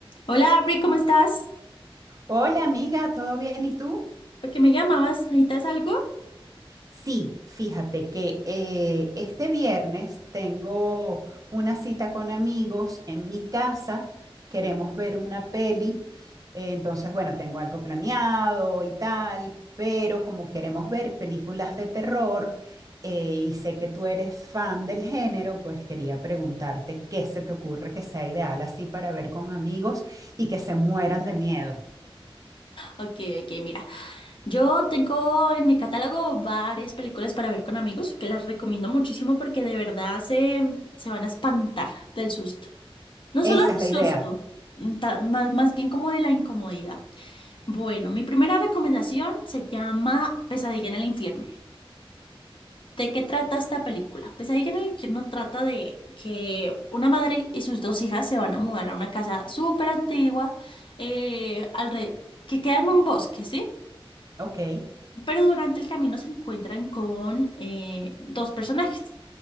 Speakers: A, on the left; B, on the right.
A: Hola, Afri, ¿cómo estás?
B: Hola amiga, ¿todo bien? ¿Y tú?
A: ¿Por qué me llamabas? ¿Necesitas algo?
B: Sí, fíjate que eh, este viernes tengo una cita con amigos en mi casa. Queremos ver una peli. eh, entonces, bueno, tengo algo planeado y tal, pero como queremos ver películas de terror eh, y sé que tú eres fan del género, pues quería preguntarte qué se te ocurre que sea ideal así para ver con amigos y que se mueran de miedo.
A: Ok, ok, mira. Yo tengo en mi catálogo varias películas para ver con amigos que las recomiendo muchísimo porque de verdad se, se van a espantar del susto. No solo
B: Esa
A: el
B: es la
A: susto,
B: idea.
A: mm, ta- más, más bien como de la incomodidad. Bueno, mi primera recomendación se llama Pesadilla en el infierno. ¿De qué trata esta película? Pesadilla en el infierno trata de que una madre y sus dos hijas se van a mudar a una casa súper antigua eh, alre- que queda en un bosque, ¿sí?
B: Ok,
A: Pero durante el camino se encuentran con eh, dos personajes.